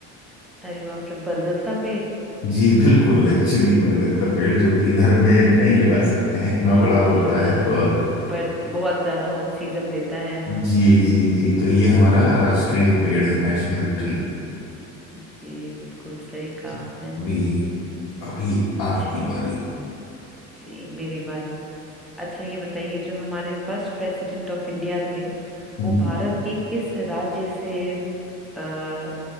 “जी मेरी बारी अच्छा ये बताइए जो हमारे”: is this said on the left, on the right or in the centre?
Centre